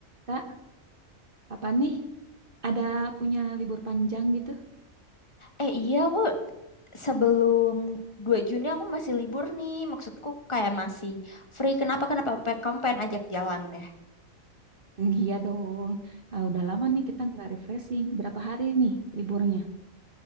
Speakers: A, on the right; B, on the left.
A: Kak, kapan nih ada punya libur panjang gitu?
B: Eh iya aku sebelum 2 Juni aku masih libur nih. Maksudku kayak masih free. Kenapa? Kenapa Pe- kamu pengen ajak jalan ya?
A: "Hmm, Iya <laughs> dong. Ah, udah lama nih kita nggak refreshing. Berapa hari nih liburnya?